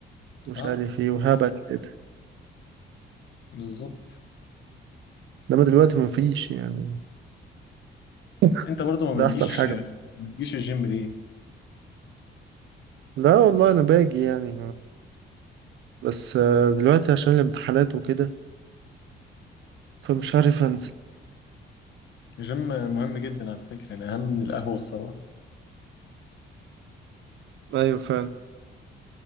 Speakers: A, on the right (about 75°); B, on the left (about 65°).
A: مش
B: اه
A: عارف إيه وهبل كده
B: بالظبط
A: انما دلوقتي مفيش يعني <laughs>
B: انت برضو ما
A: ده
B: بتجيش
A: احسن حاجة
B: ما بتجيش الجيم ليه
A: لا والله انا باجي يعني بس آه، دلوقتي عشان الامتحانات وكده فمش عارف انزل
B: الجيم مهم جدا على فكرة يعني اهم من القهوة الصراحة
A: ايوه فعلا